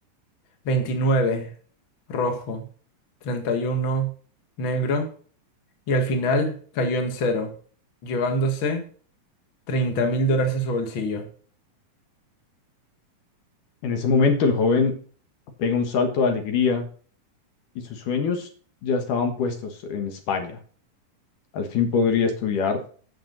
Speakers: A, on the left; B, on the left.
A: 29 rojo, 31 negro. y al final cayó en cero, llevándose treinta mil dólares a su bolsillo.
B: En ese momento el joven pega un salto de alegría y sus sueños ya estaban puestos en España. Al fin podría estudiar